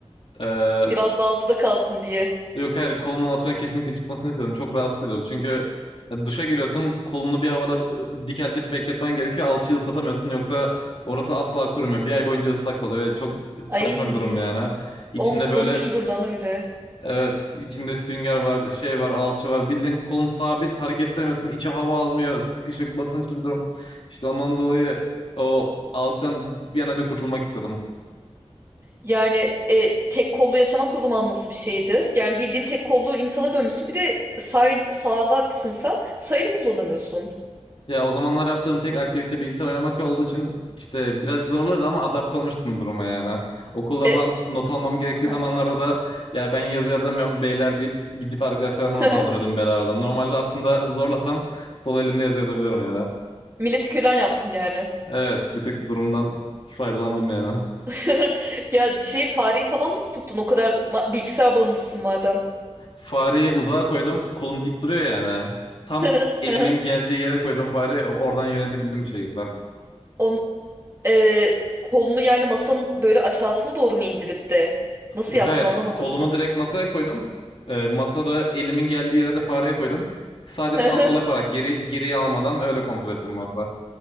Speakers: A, on the left; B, on the right.
A: Ee,
B: <laughs> Biraz daha alçıda kalsın diye.
A: yok hayır kolumun altından kesinlikle çıkmasını istedim. Çok rahatsız ediyordu. Çünkü e, duşa giriyorsun kolunu bir havada e, dikeltip bekletmen gerekiyor. Alçıyı ıslatamıyorsun yoksa orası asla kurumuyor. Bir ay boyunca ıslak kalıyor. Öyle çok saçma
B: Ay
A: bir durum yani. İçinde
B: oğlum kolun
A: böyle
B: çürür lan öyle.
A: Evet içinde sünger var şey var alçı var bildiğin kolun sabit hareket ettiremiyorsun içi hava almıyor sıkışık basınçlı bir durum İşte ondan dolayı o alçıdan bir an önce kurtulmak istedim.
B: Yani e, tek kollu yaşamak o zaman nasıl bir şeydi? Yani bildiğin tek kollu insana dönmüşsün. Bir de sağ, sağlaksın sen. Sayılı kullanamıyorsun.
A: Ya o zamanlar yaptığım tek aktivite bilgisayar oynamak olduğu için işte birazcık zorluydu ama adapte olmuştum duruma yani. Okulda
B: E,
A: falan not almam gerektiği
B: heh.
A: zamanlarda da ya ben yazı yazamıyorum beyler deyip gidip arkadaşlarıma
B: <laughs>
A: not aldırıyordum bedavadan. Normalde aslında zorlasam sol elimle yazı yazabilirim yani.
B: Milleti kölen yaptın yani.
A: Evet bir tık durumdan faydalandım yani.
B: <laughs> Ya şey fareyi falan nasıl tuttun? O kadar ma- bilgisayar bağımlısın madem.
A: Fareyi uzağa koydum. Kolum dik duruyor yani. Tam
B: <laughs>
A: elimin geleceği yere koydum fareyi. Oradan yönetebildim bir şekilde.
B: On, e, kolunu yani masanın böyle aşağısına doğru mu indirip de? Nasıl
A: Yok
B: yaptın
A: hayır.
B: anlamadım.
A: Kolumu direkt masaya koydum. Ee, masada elimin geldiği yere de fareyi koydum. Sadece
B: <laughs>
A: sağ sol yaparak geri, geriye almadan öyle kontrol ettim masa.